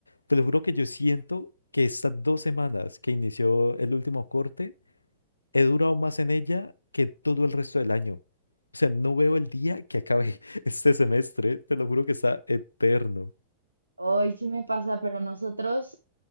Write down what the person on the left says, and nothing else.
Te lo juro que yo siento que estas dos semanas que inició el último corte, he durado más en ella que todo el resto del año. O sea, no veo el día que acabe <laughs> este semestre. Te lo juro que está eterno.